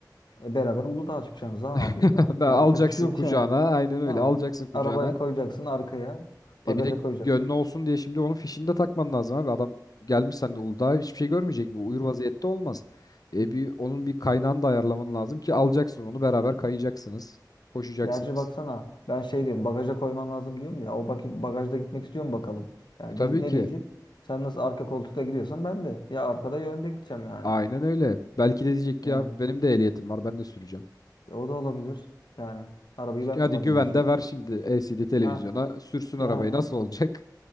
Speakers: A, on the left; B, on the left.
A: E, beraber Uludağ'a çıkacaksınız ha abi.
B: <laughs>
A: Artık
B: Ben
A: yapacak
B: alacaksın
A: bir şey yok
B: kucağına
A: yani.
B: aynen öyle
A: Ha.
B: alacaksın kucağına.
A: Arabaya koyacaksın arkaya. Bagaja
B: E bir de
A: koyacaksın.
B: gönlü olsun diye şimdi onun fişini de takman lazım abi. Adam gelmiş sen de Uludağ'a hiçbir şey görmeyecek mi? Uyur
A: Hı.
B: vaziyette olmaz. E bir onun bir kaynağını da ayarlaman lazım ki alacaksın onu beraber kayacaksınız. Koşacaksınız.
A: Gerçi baksana ben şey diyorum bagaja koyman lazım diyorum ya. O bakayım bagajda gitmek istiyor mu bakalım. Yani
B: E tabii
A: di- ne
B: ki.
A: diyecek? Sen nasıl arka koltukta gidiyorsan ben de. Ya arkada ya önde gideceğim yani.
B: Aynen öyle. Belki de diyecek
A: Yani
B: ki ya benim de ehliyetim var ben de süreceğim.
A: e, o da olabilir. Yani arabayı
B: Gü-
A: ben kullanayım
B: Hadi güven
A: diyecek.
B: de ver şimdi LCD televizyona
A: Ha
B: sürsün
A: yani
B: arabayı nasıl olacak?